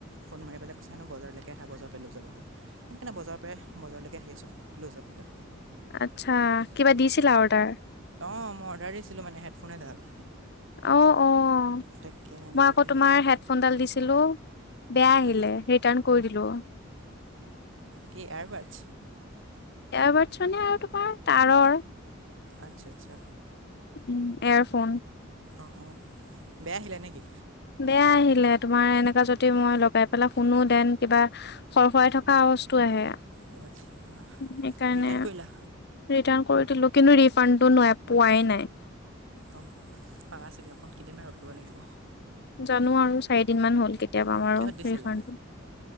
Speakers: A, on the right; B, on the left.
A: ফোন মাৰি পেলে কছেনো বজাৰলৈকে আহা বজাৰৰ পৰাই লৈ যাবাহি। সেই কাৰণে বজাৰৰ পৰাই বজাৰলৈকে আহি আছো লৈ যাবলৈ।
B: আচ্ছা কিবা দিছিলা অৰ্ডাৰ?
A: অ' মই অৰ্ডাৰ দিছিলো মানে হেডফোন এডাল।
B: অ', -অ'
A: তাকে আনিবলৈ
B: মই আকৌ
A: আহি
B: তোমাৰ
A: আছোঁ
B: হেডফোনডাল দিছিলো। বেয়া আহিলে
A: ন
B: ৰিটাৰ্ণ কৰি দিলো।
A: কি এয়াৰবাডছ
B: তেওঁ বাৰছনে আৰু তোমাৰ তাৰৰ
A: আচ্ছা-আচ্ছা।
B: উম, এয়াৰফোন।
A: অ অঁ। বেয়া আহিলে নেকি
B: বেয়া আহিলে তোমাৰ এনেকা কিবা যদি মই লগাই পেলাই শুনো দেন কিবা সৰ খৰাই থকা আৱাজটো আহে।
A: অ' আচ্ছা
B: সেইকাৰণে
A: ৰিটাৰ্ণ কৰিলা
B: ৰিটাৰণ কৰি দিলো কিন্তু ৰিফান্ডটো নোৱাৰে। পোৱাই নাই।
A: অ পাবা চাগে অকণ কেইদিনমান ৰখিব লাগিব।
B: জানো আৰু চাৰিদিন মান হ'ল কেতিয়া পাম আৰু
A: কিহত দিছিলা
B: ৰিফান্ডটো।